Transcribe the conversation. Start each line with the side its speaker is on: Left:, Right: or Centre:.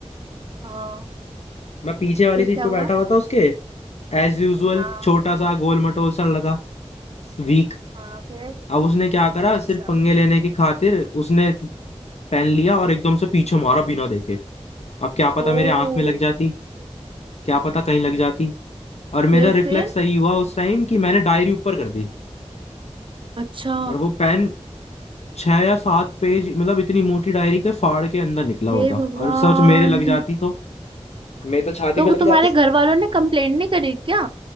Right: हाँ
Left: मैं पीछे वाली
Right: फिर
Left: सीट
Right: क्या
Left: पे
Right: हुआ
Left: बैठा हुआ था उसके एज यूजुअल
Right: हाँ
Left: छोटा सा गोल मटोल सा लड़का वीक
Right: हाँ फिर
Left: अब उसने क्या करा
Right: अच्छा
Left: सिर्फ पंगे लेने की खातिर उसने पेन लिया और एकदम से पीछे मारा बिना देखे अब क्या पता
Right: ओ
Left: मेरे आंख में लग जाती क्या पता कहीं लग जाती और
Right: फिर
Left: मेरा रिफ्लेक्स
Right: फिर
Left: सही हुआ उस टाइम कि मैंने डायरी ऊपर कर दी
Right: अच्छा
Left: और वो पेन छह या सात पेज मतलब इतनी मोटी डायरी के फाड़ के अंदर निकला हुआ
Right: हे
Left: था
Right: भगवान
Left: और सच मेरे लग जाती तो मेरे तो छाती
Right: तो
Left: पे लग
Right: तुम्हारे
Left: जाती
Right: घर वालों ने कंप्लेंट नहीं करी क्या